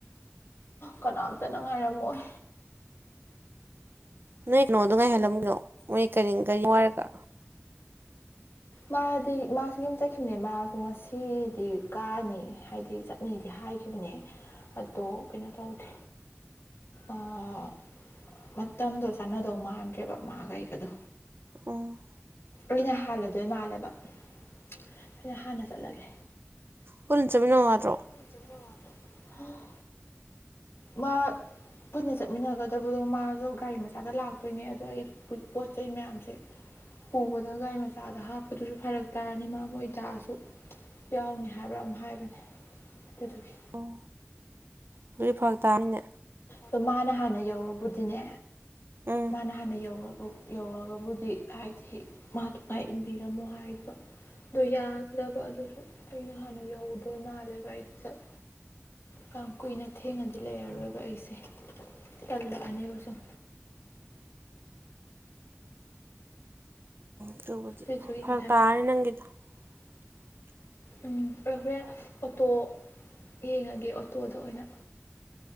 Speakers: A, on the left (about 70°); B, on the right (about 60°).
A: ꯀꯅꯥꯝꯇꯅ ꯉꯥꯏꯔꯝꯃꯣꯏ꯫
B: ꯅꯣꯏ ꯅꯣꯗꯣ ꯉꯥꯏꯍꯜꯂꯝꯃꯨ ꯀꯩꯅꯣ ꯃꯣꯏ ꯀꯔꯤ ꯒꯥꯔꯤ ꯑꯃ ꯋꯥꯏꯔꯒ꯫
A: ꯃꯥꯗꯤ ꯃꯥꯁꯨ ꯌꯨꯝ ꯆꯠꯈꯤꯕꯅꯦ ꯃꯥꯖꯨ ꯉꯁꯤꯗꯤ ꯀꯥꯅꯤ ꯍꯥꯏꯗꯤ ꯆꯠꯅꯤꯗꯤ ꯍꯥꯏꯈꯤꯕꯅꯦ꯫
B: <inaudible>
A: ꯑꯗꯣ ꯀꯩꯅꯣ ꯇꯧꯗꯦ ꯑꯥ ꯃꯇꯝꯗꯣ ꯆꯥꯟꯅꯗꯧ ꯃꯥꯟꯗ꯭ꯔꯦꯕ ꯃꯥꯒ ꯑꯩꯒꯗꯣ
B: ꯎꯝ
A: ꯑꯩꯅ ꯍꯥꯜꯂꯗꯣꯏ ꯃꯥꯜꯂꯦꯕ ꯑꯩꯅ ꯍꯥꯟꯅ ꯆꯠꯂꯒꯦ꯫
B: ꯄꯨꯟ ꯆꯠꯃꯤꯟꯅꯧ ꯌꯥꯗ꯭ꯔꯣ?
A: ꯄꯨꯟ ꯆꯠꯃꯤꯅꯧ ꯌꯗ꯭ꯔꯣ <unintelligible> ꯃꯥ ꯄꯨꯟꯅ ꯆꯠꯃꯤꯟꯅꯒꯗꯕꯗꯣ ꯃꯥꯖꯨ ꯒꯥꯔꯤ ꯃꯆꯥꯗ ꯂꯥꯛꯇꯣꯏꯅꯦ ꯑꯗꯣ ꯑꯩ ꯄꯨꯠ ꯄꯣꯠꯆꯩ ꯃꯌꯥꯝꯁꯦ ꯄꯨꯕꯗ ꯒꯥꯔꯤ ꯃꯆꯥꯗ ꯍꯥꯞꯄꯗꯨꯖꯨ ꯐꯔꯛ ꯇꯥꯔꯅꯤ ꯃꯥ ꯃꯣꯏ ꯗꯥꯁꯨ ꯌꯥꯎꯅꯤ ꯍꯥꯏꯕ꯭ꯔꯥ ꯑꯝ ꯍꯥꯏꯕꯅꯦ ꯑꯗꯨꯗꯨꯒꯤ꯫
B: ꯑꯣ ꯑꯗꯨꯗꯤ ꯐꯔꯛ ꯇꯥꯅꯤꯅꯦ
A: ꯗꯣ ꯃꯥꯅ ꯍꯥꯟꯅ ꯌꯧꯔꯕꯨꯗꯤꯅꯦ
B: ꯎꯝ
A: ꯃꯥꯅ ꯍꯥꯟꯅ ꯌꯧꯔꯕꯨꯕ ꯌꯧꯔꯒꯕꯨꯗꯤ ꯍꯥꯏꯗꯤ ꯃꯥ ꯗꯣ ꯉꯥꯏ ꯏꯟꯕꯤꯔꯝꯃꯣ ꯍꯥꯏꯕ꯫ ꯑꯗꯨ ꯌꯥꯒꯗꯕ ꯑꯗꯨꯁꯨ ꯑꯩꯅ ꯍꯥꯟꯅ ꯌꯧꯗꯣꯏ ꯃꯥꯜꯂꯦꯕ ꯑꯩꯗꯤ ꯆꯠ ꯀꯥꯡ ꯀꯨꯏꯅ ꯊꯦꯡꯅꯗꯤ ꯂꯩꯔꯔꯣꯏꯕ ꯑꯩꯁꯦ ꯇꯜꯂꯛꯑꯅꯦꯕ ꯁꯨꯝ
B: ꯑꯗꯨꯕꯨꯗꯤ
A: ꯑꯗꯨꯊꯨꯏ
B: ꯐꯔꯛ
A: ꯃꯊꯥ
B: ꯇꯥꯔꯅꯤ
A: ꯁꯥꯏ꯫
B: ꯅꯪꯒꯤꯗꯣ <inaudible>
A: ꯎꯝ ꯑꯩ ꯍꯣꯔꯦꯟ ꯑꯣꯇꯣ ꯌꯦꯡꯉꯒꯦ ꯑꯣꯇꯣꯗ ꯑꯣꯏꯅ